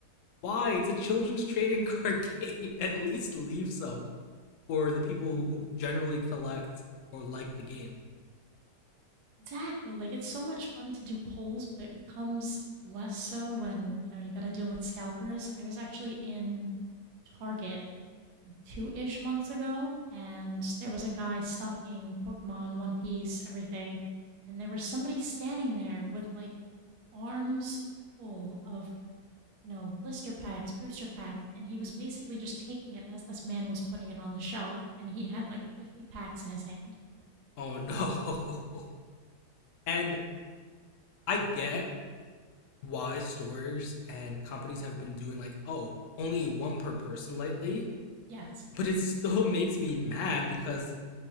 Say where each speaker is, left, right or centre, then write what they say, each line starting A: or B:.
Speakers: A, on the left (about 70°); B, on the right (about 80°).
A: why? It's a children's <laughs> trading card game. <laughs> At least leave some for the people who generally collect or like the game.
B: Exactly. Like it's so much fun to do polls, but it becomes less so when, you know, you got to deal with scalpers. I was actually in Target two ish months ago, and there was a guy stocking Pokemon, One Piece, everything, and there was somebody standing there with like arms full of you know blister packs, booster packs, and he was basically just taking it as this man was putting it on the shelf, and he had like fifty packs in his hand.
A: Oh no. <laughs> And I get why stores and companies have been doing like, oh, only one per person lately,
B: Yes.
A: but it still <laughs> makes me mad because